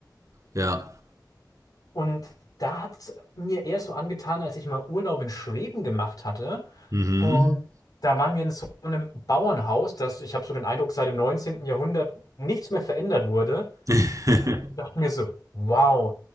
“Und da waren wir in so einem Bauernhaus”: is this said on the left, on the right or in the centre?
Left